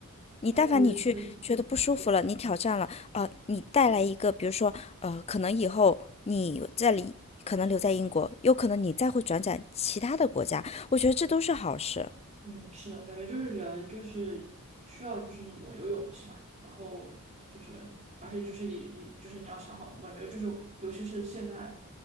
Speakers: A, on the left; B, on the right.
A: 你但凡你去觉得不舒服了，
B: 我感觉就是。
A: 你挑战了，呃，你带来一个，比如说，呃，可能以后你在里。可能留在英国，有可能你再会转战其他的国家，我觉得这都是好事。
B: 嗯，是的，感觉就是人就是需要就是那种有勇气吧，然后就是而且就是也也就是你要想好，我感觉就是尤其是现在，